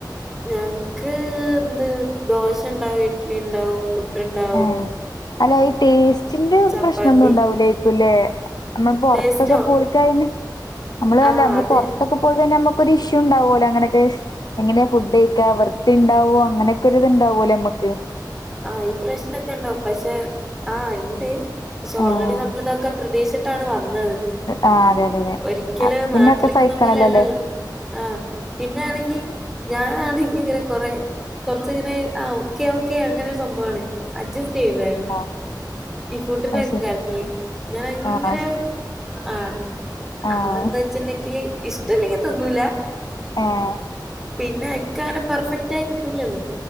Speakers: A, in the centre; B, on the left.
A: ഞാങ്ങ്ക്ക് എന്ത് ദോശണ്ടാവും ഇഡ്ലിണ്ടാവും. പുട്ട്ണ്ടാ
B: ഏഹ്, അല്ല ഈ ടേസ്റ്റിന്റെ
A: ചപ്പാത്തി
B: പ്രശ്നൊന്നുണ്ടാവൂലേ? ല്ലേ അമ്മ പൊർത്തൊക്കെ
A: ടേസ്റ്റോ
B: പോയിക്കഴിഞ്ഞ് അമ്മള്
A: ആഹ്
B: അല്ലേ അമ്മള്
A: അത്
B: പൊറ ഒക്ക പോയി കയിഞ്ഞാ അമ്മക്കൊരു ഇഷ്യൂണ്ടാവോലോ അങ്ങനൊക്കെ ഷ് എങ്ങന്യാ ഫുഡയ്ക്ക വർത്തിണ്ടാവോ അങ്ങനൊക്കൊരിത്ണ്ടാവോലോ അമ്മക്ക്.
A: ആഹ് ഈ പ്രശ്നൊക്കെണ്ടാവും പഷ് ഷേ ആഹ്, ഇണ്ട്. ഷെ ഓൾറെഡി
B: ആഹ്
A: നമ്മള്തൊക്കെ പ്രതീഷിട്ടാണ് വന്നത്.
B: ആ അതെ അതെ
A: ഒരിയ്ക്കലയ്
B: അതെ പിന്നൊക്കെ
A: നാട്ടിലിക്ക്ന്ന
B: സഹിക്കണല്ലോല്ലേ
A: പോലെല്ലല്ലോ. ആഹ്, പിന്നാണെങ്കി ഞാ ആന്നെങ്കിങ്ങനെ കൊറേ കൊർച്ച്ങ്ങനെ ആ ഓക്കെ, ഓക്കെ അങ്ങനൊര് സംഭവാണ്. അജസ്റ്റെയ്യും വേഗം.
B: അതന്നെ
A: ഈ ഫുഡിന്റൊക്കെ
B: അത് ശരി
A: കാര്യത്തിൽ ഞാനങ്ങനേ
B: ആഹ്
A: ആഹ്.
B: ആഹ്
A: ആ എന്താച്ച്ണ്ടെങ്കില് ഇഷ്ടല്ലെങ്കി തിന്നൂലാ.
B: ഏഹ്
A: പിന്നെ എക്കെ അങ്ങനെ പെർഫെക്റ്റായി കിട്ടൂലല്ലോ.